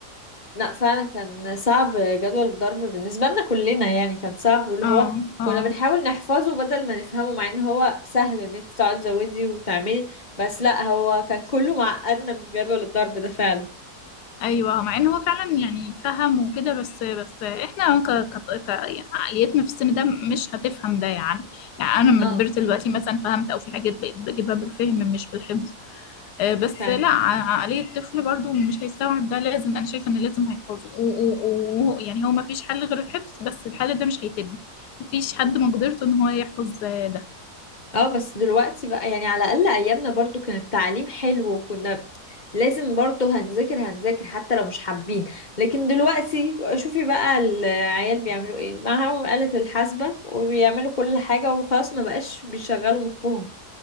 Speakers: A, on the left; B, on the left.
A: لا فعلا كان صعب جدول الضرب بالنسبة لنا كلنا يعني كان صعب واللي
B: اه
A: هو كنا
B: اه
A: بنحاول نحفظه بدل ما نفهمه مع ان هو سهل ان انت تقعدي تزودي وتعملي بس لا هو كان كله معقدنا من جدول الضرب ده فعلا
B: ايوه مع ان هو فعلا يعني يتفهم وكده بس بس احنا ك... ك... ك... يعني عقليتنا في السن ده مش هتفهم ده يعني يعني انا لما
A: اه
B: كبرت دلوقتي مثلا فهمت او في حاجات بقيت بجيبها بالفهم مش بالحفظ آه، بس
A: فعلا
B: لا ع- عقلية الطفل برضو مش هيستوعب ده لازم انا شايفه ان لازم هيحفظه ويعني يعني هو ما فيش حل غير الحفظ بس الحل ده مش هيتم ما فيش حد مقدرته ان هو يحفظ آه، ده
A: اه بس دلوقتي بقى يعني على الأقل أيامنا برضو كان التعليم حلو وكنا لازم برضو هنذاكر هنذاكر حتى لو مش حابين لكن دلوقتي شوفي بقى العيال بيعملوا ايه معاهم آلة الحاسبة وبيعملوا كل حاجة وخلاص ما بقاش بيشغلوا مخهم